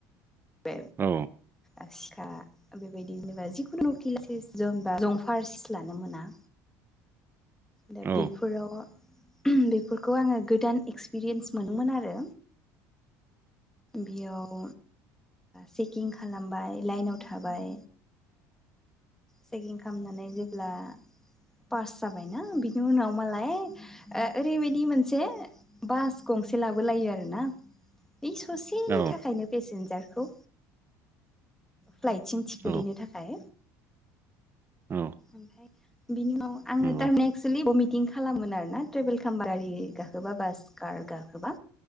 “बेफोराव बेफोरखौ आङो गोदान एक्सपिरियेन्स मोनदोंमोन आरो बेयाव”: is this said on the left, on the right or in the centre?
Centre